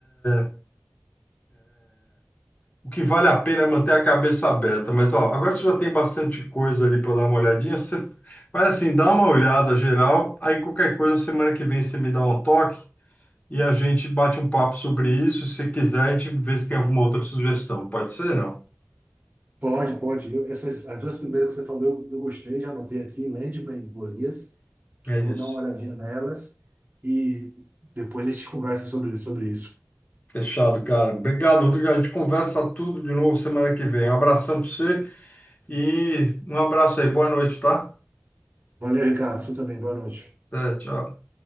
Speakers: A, on the left; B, on the right.
A: é... é, O que vale a pena é manter a cabeça aberta, mas ó, agora você já tem bastante coisa ali para dar uma olhadinha. Você vai assim, dá uma olhada geral, aí qualquer coisa, semana que vem você me dá um toque e a gente bate um papo sobre isso. Se quiser, a gente vê se tem alguma outra sugestão. Pode ser, não?
B: Pode, pode. Eu- essas, as duas primeiras que você falou, eu, eu gostei, já anotei aqui, Landman e Golias.
A: É
B: Eu
A: isso.
B: vou dar uma olhadinha nelas e depois a gente conversa sobre, sobre isso.
A: Fechado, cara. Obrigado, Rodrigo. A gente conversa tudo de novo semana que vem. Um abração para você e um abraço aí. Boa noite, tá?
B: Valeu, Ricardo. Você também. Boa noite.
A: Até, tchau.